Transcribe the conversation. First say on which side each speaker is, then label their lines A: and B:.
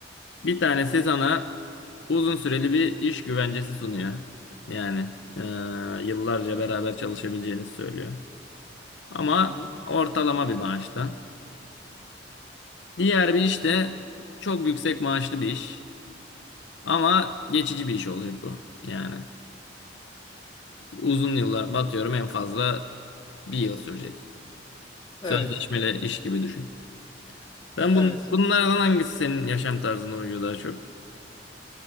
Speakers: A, on the left (about 70°); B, on the left (about 25°).
A: Bir tanesi sana uzun süreli bir iş güvencesi sunuyor. Yani eee, yıllarca beraber çalışabileceğinizi söylüyor. Ama
B: Hı hı.
A: ortalama bir maaşta. Diğer bir iş de çok yüksek maaşlı bir iş. Ama geçici bir iş olacak bu. Yani. Uzun yıllar batıyorum en fazla bir yıl sürecek. Sözleşmeli
B: Evet.
A: iş gibi düşün. Ben
B: Evet.
A: bun bunlardan hangisi senin yaşam tarzına uyuyor daha çok?